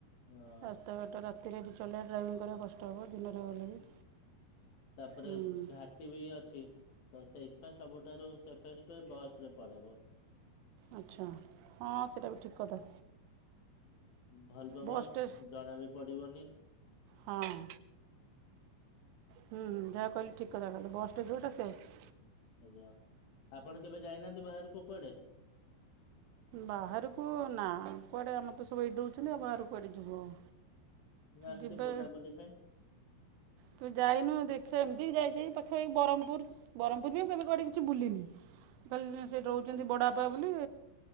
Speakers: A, on the left; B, on the right.
A: ହଁ
B: ରାସ୍ତାଘାଟ ରା ରାତିରେ ବି ଚଲେଇବା ଡ୍ରାଇଭିଂ କରିବା କଷ୍ଟ ହବ ଦିନରେ ଗଲେ ବି
A: ତାପରେ
B: ହୁଁ
A: ଘା ଘାଟି ବି ଅଛି ତ ସେଇଥିପାଇଁ ସବୁଠାରୁ ସେପେଷ୍ଟେ ବସରେ ପଳେଇବ।
B: ଆଚ୍ଛା ହଁ ସେଟା ବି ଠିକ୍ କଥା।
A: ଭଲବ ଵସ
B: ବସ୍ଟେ
A: ଜଣା ବି ପଡିବନି।
B: ହଁ ଅଁ। ହୁଁ ଯାହା କହିଲେ ଠିକ କଥା କହିଲେ ବସ୍ଟା ଯଉଟା ସେଭ।
A: ଆଜ୍ଞା ଆପଣ କେବେ ଯାଇନାହାଁନ୍ତି ବାହାରକୁ କୁଆଡେ?
B: ବାହାରକୁ ନା କୁଆଡ଼େ ଆମର ତ ସବୁ ଏଇଠି ରଉଛନ୍ତି ଆଉ ବାହାରକୁ କୁଆଡ଼େ ଯିବୁ ଆଉ।
A: ନା ଏମିତି
B: ଯିବା।
A: ବୁଲାବୁଲି ପାଇଁ?
B: ତୁ ଯାଇନୁ ଦେଖିବା ଏମିତିି ଯାଇଛି ପାଖାପାଖି ବ୍ରହମପୁର। ବ୍ରହ୍ମପୁରଜେ ମୁଁ କେବେ କୁଆଡ଼େ କିଛି ବୁଲିନି କାଲି ସେ ରହୁଛନ୍ତି
A: ଆଜ୍ଞା।
B: ବଡ଼ାପା ବୋଲି।